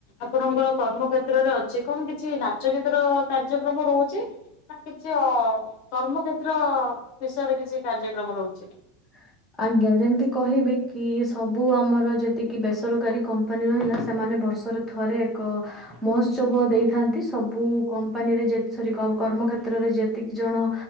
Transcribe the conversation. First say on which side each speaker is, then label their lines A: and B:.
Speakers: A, on the left (about 55°); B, in the centre.
A: ଆପଣଙ୍କର କର୍ମ କ୍ଷେତ୍ରରେ ଅଛି କଣ କିଛି ନାଚ ଗୀତ ର କାର୍ଯ୍ୟକ୍ରମ ରହୁଚି? ନା କିଛି ଅ, କର୍ମକ୍ଷେତ୍ର ବିଷୟରେ କିଛି କାର୍ଯ୍ୟକ୍ରମ ରହୁଛି?
B: ହଁ। ଆଜ୍ଞା ଯେମିତି କହିବି କି ସବୁ ଆମର ଯେତିକି ବେସରକାରୀ କମ୍ପାନୀ ରହିଲା ସେମାନେ ବର୍ଷରେ ଥରେ ଏକ ମହୋତ୍ସବ ଦେଇଥାନ୍ତି ସବୁ କମ୍ପାନୀରେ ଯେ ସରୀ କ-କର୍ମ କ୍ଷେତ୍ରରେ ଯେତିକି ଜଣ